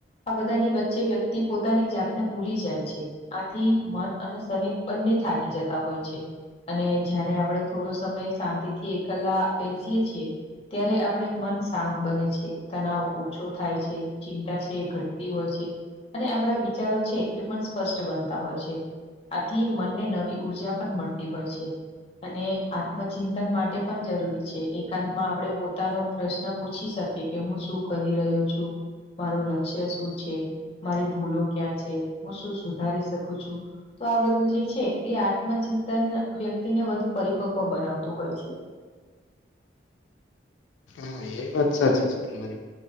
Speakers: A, on the left (about 30°); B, on the left (about 85°).
A: આ બધાની વચ્ચે વ્યક્તિ પોતાની જાતને ભૂલી જાય છે. આથી મન અને શરીર બંને થાકી જતા હોય છે. અને જયારે આપણે થોડો સમય શાંતિથી એકલા બેસીએ છીએ ત્યારે આપડે મનસ્ શાંત બને છે, તનાવ ઓછો થાય છે, ચિંતા છે એ ઘટતી હોય છે. અને આપણા વિચારો છે એ પણ સ્પષ્ટ બનતા હોય છે. આથી મનને નવી ઉર્જા પણ મળતી હોય છે. અને આત્મચિંતન માટે પણ જરૂરી છે એકાંતમાં આપણે પોતાનો પ્રશ્ન ન પુછી શકે કે હું શું કરી રહ્યો છું? મારું લક્ષ્ય શું છે? મારી ભૂલો ક્યાં છે? હું શું સુધારી શકું છું? તો આ બધું જે છે એ આત્મચિંતન વ્યક્તિને વધુ પરિપક્વ બનાવતું હોય છે.
B: હા એ વાત સાચી છે તમારી.